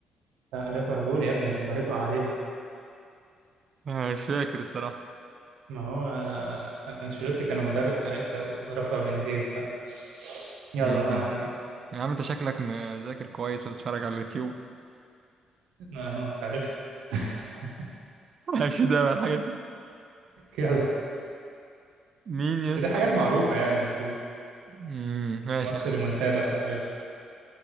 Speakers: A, on the right; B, on the right.
A: لا ليفربول يا ابني لما رجعوا عليهم
B: آه، مش فاكر الصراحة
A: ما هو أنشيلوتي كان مدرب ساعتها ورفع بنفيز ده يلا
B: م-م.
A: ما علينا
B: يا عم انت شكلك مذاكر كويس وتتفرج على اليوتيوب
A: أهو، أنت عرفت <laughs>
B: <laughs> ماشي ده بقى الحاجات دي
A: يلا
B: مين يا
A: بس
B: اسطى
A: دي حاجات معروفة يعني المفروض
B: م-م. ماشي
A: ماتش
B: يا عم
A: الريمونتادا بتاع ليفربول